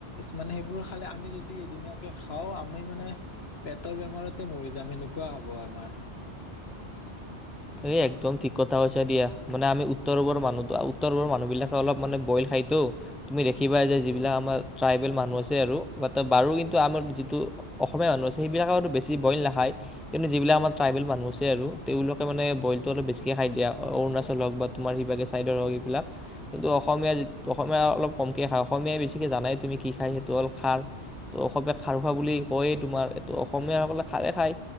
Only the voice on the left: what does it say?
মানে সেইবোৰ খালে আমি যদি এদিনীয়াকে খাওঁ আমি মানে পেটৰ বেমাৰতে মৰি যাম সেনেকুৱা হ'ব আমাৰ